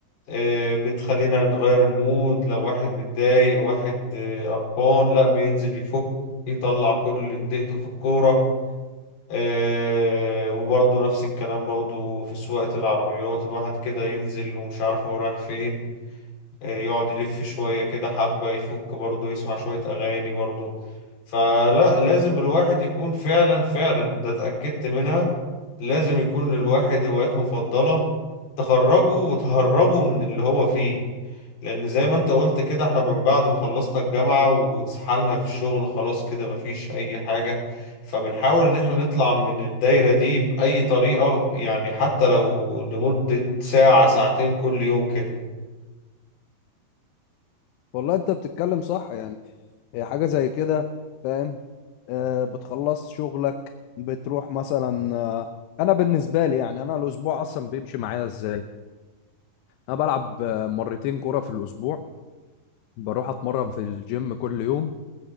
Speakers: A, on the left; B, on the left.
A: آه، بتخلينا نغير المود لو واحد متضايق واحد آه، قرفان لا بينزل يفك يطلع كل اللي اتضايقته في الكورة آه، وبرضه نفس الكلام برضه في سواقة العربيات الواحد كده ينزل ومش عارف هو رايح فين آه، يقعد يلف شوية كده حبة يفك برضه يسمع شوية أغاني برضه فلا لازم الواحد يكون فعلا فعلا ده اتأكدت منها لازم يكون للواحد هوايات مفضلة تخرجه وتهربه من اللي هو فيه لأن زي ما انت قلت كده احنا من بعد ما خلصنا الجامعة واتسحلنا في الشغل خلاص كده مفيش أي حاجة فبنحاول إن احنا نطلع من الدايرة دي بأي طريقة يعني حتى لو لمدة ساعة ساعتين كل يوم كده
B: والله انت بتتكلم صح يعني هي حاجة زي كده فاهم آه بتخلص شغلك بتروح مثلا آه انا بالنسبة لي يعني انا الاسبوع اصلا بيمشي معايا ازاي انا بلعب آه، مرتين كرة في الاسبوع بروح اتمرن في الجيم كل يوم